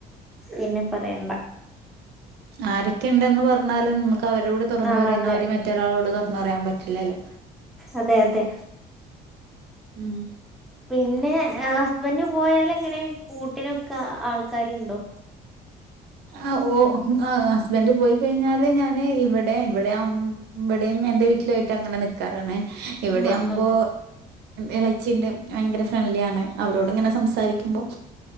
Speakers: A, in the centre; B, on the right.
A: പിന്നെ പറയണ്ട
B: ആരൊക്കെ ഉണ്ടെന്ന് പറഞ്ഞാലും നമുക്ക് അവരോട് തുറന്ന്
A: ആഹ്
B: പറയുന്നമാതിരി
A: അതെ
B: മറ്റൊരാളോട് തുറന്ന് പറയാൻ പറ്റ് പറ്റില്ലല്ലോ
A: അതെ അതെ
B: ഉം
A: പിന്നെ ഹസ്ബന്ഡ് പോയൽ എങ്ങനെ കൂട്ടിനൊക്കെ ആൾക്കാരുണ്ടോ
B: ആഹ് ഓ ആഹ് ഹസ്ബൻഡ് പോയി കഴിഞ്ഞാല് ഞാന് ഇവിടെ ഇടെ ഇവിടെ ഇവിടെയും എന്റെ വീട്ടിലായിട്ട് അങ്ങനെ നിക്കാറാണ് ഇവിടെയാവുമ്പോ
A: ആഹ് ആഹ്
B: ഇളച്ചിണ്ട് ഭയങ്കര ഫ്രണ്ട്ലി ആണ് അവരോട് ഇങ്ങനെ സംസാരിക്കുമ്പോൾ